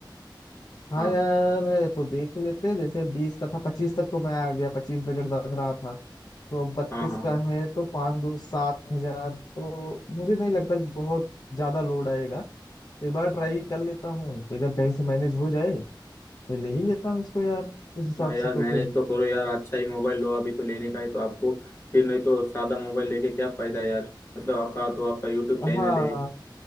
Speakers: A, on the left; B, on the left.
A: हाँ
B: हाँ
A: यार ये तो देख लेते हैं जैसे बीस का था पच्चीस तक तो मैं आ गया पच्चीस बजट बन रहा था तो अब बत्तीस
B: हाँ हाँ हाँ
A: का है तो पाँच दो सात हजार तो मुझे नहीं लगता कि बहुत ज्यादा लोड आएगा एक बार ट्राई कर लेता हूँ कि अगर कहीं से मैनेज हो जाए तो ले ही लेता हूँ इसको यार इस हिसाब
B: हाँ यार
A: से तो
B: मैनेज
A: फिर
B: तो करो यार अच्छा ही मोबाइल लो अभी तो लेने का है तो आपको फिर नहीं तो सादा मोबाइल लेके क्या फायदा यार मतलब आपका तो आपका यूट्यूब
A: हाँ
B: चैनल है